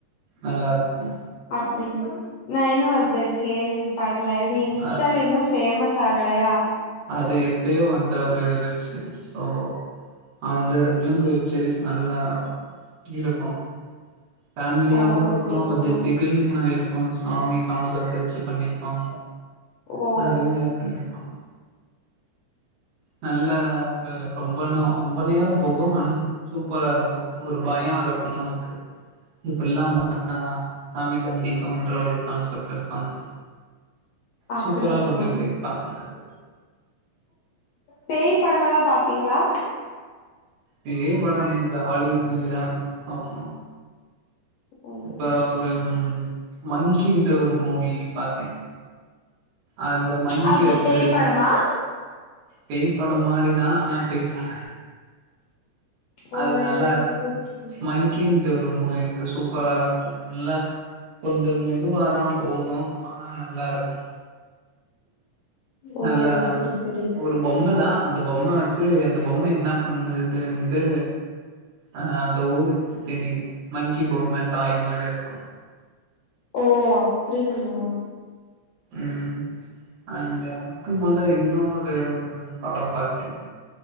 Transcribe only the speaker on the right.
நல்லாருக்கு
அ
அது எப்பவே வந்த ஒரு வெப்சீரிஸ் சோ அந்த விலங்கு வெப்சீரிஸ் நல்லா இருக்கு ஃபேமிலியாவு
இருக்கு கொஞ்ச தில் வில் மாரி இருக்கு சாமி கான்சப்ட் வச்சு பண்ணிருப்பாங்க
நெறைய யூனிபார்ம் நல்ல ஒரு ரொம்ப நா ரொம்ப நேரோ போகு ஒன் சூப்பரா இருக்கு ஒரு பயோ இருக்கு நமளுக்கு இப்ப எல்லா பண்ணா சாமி தண்டிக்கும்ன்ற ஒரு கான்செப்ட் இருக்கும்ல
சூப்பரா கொண்டு போயிர் பாங்க அது
பேய் படோ இந்த ஹாலிவுட் மூவி தா பாப்போ
இப்ப ஒரு மங்கிட்ட ஒரு மூவி பாத்தே அந்த மங்கி
வச்சு
பேய் படம் மாரிதா ஆனா பேய் பட
அது
நல்லாருக்கு
மங்கி கிளிங்டு ஒரு மூவி இருக்கு சூப்பரா இருக்கு நல்லா கொஞ்ச மெதுவாதா போகு ஆனா நல்லாருக்கு
நல்லா
ஒரு பொம்மதா அந்த பொம்ம வச்சு அந்த பொம்ம என்ன பண்ணுதுனுட்டு அ அந்த ஊருக்கு தெரியு மங்கி பொம்ம டாய் மாரி இருக்கு
ம் அந்த அதுக்கு மொத இன்னொரு ஒரு படம் பாத்தே